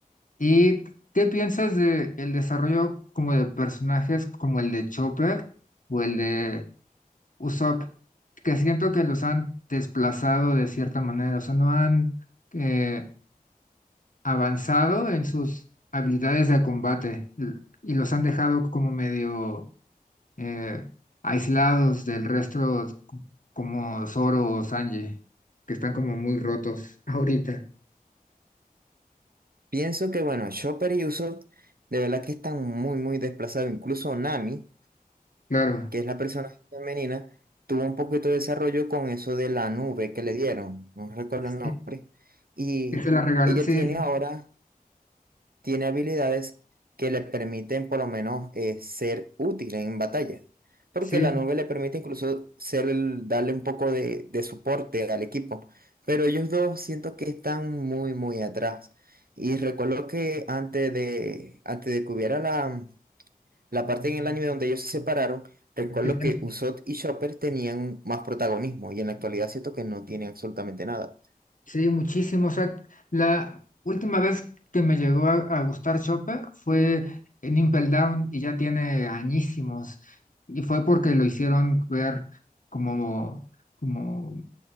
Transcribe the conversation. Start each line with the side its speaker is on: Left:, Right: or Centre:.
Left: ¿Y qué piensas de el desarrollo como de personajes como el de Chopper o el de Usopp? que siento que los han desplazado de cierta manera, o sea, no han eh, avanzado en sus habilidades de combate l- y los han dejado como medio eh, aislados del resto, c- como Zoro o Sanji, que están como muy rotos <laughs> ahorita.
Right: Pienso que, bueno, Chopper y Usopp de verdad que están muy, muy desplazados, incluso Nami.
Left: Claro,
Right: que es la persona femenina, tuvo un poquito de desarrollo con eso de la nube que le dieron, no recuerdo el nombre,
Left: sí,
Right: y
Left: que se la regal-
Right: ella
Left: sí,
Right: tiene
Left: sí,
Right: ahora, tiene habilidades que le permiten por lo menos eh, ser útil en batalla, porque
Left: sí,
Right: la nube le permite incluso ser el- darle un poco de, de soporte al equipo, pero ellos dos siento que están muy, muy atrás. Y recuerdo que antes de, antes de que hubiera la, la parte en el anime donde ellos se separaron, recuerdo
Left: el tem-
Right: que Usopp y Chopper tenían más protagonismo y en la actualidad siento que no tienen absolutamente nada.
Left: sí, muchísimo. O sea, la última vez que me llegó a, a gustar Chopper fue en Impel Down y ya tiene añísimos. Y fue porque lo hicieron ver como como